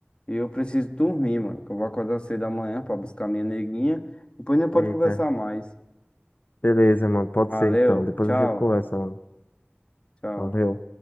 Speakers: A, on the left; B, on the left.
A: E eu preciso dormir, mano, que eu vou acordar cedo amanhã pra buscar minha neguinha. Depois a gente pode
B: Eita.
A: conversar mais.
B: Beleza, mano. Pode
A: Valeu,
B: ser então. Depois
A: tchau,
B: a gente conversa, mano.
A: tchau.
B: Valeu.